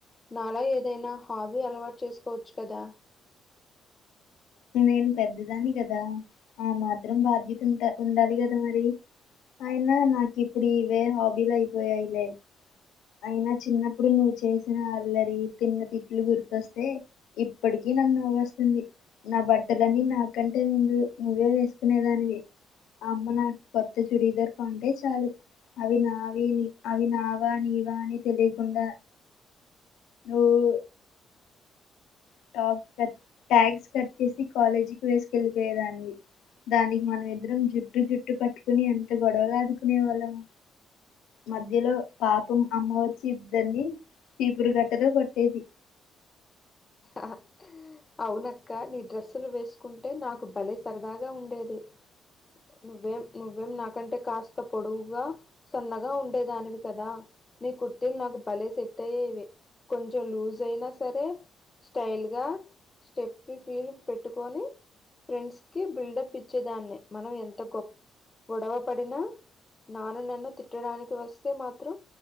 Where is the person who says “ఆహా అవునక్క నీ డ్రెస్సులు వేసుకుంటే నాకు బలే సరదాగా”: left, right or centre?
Left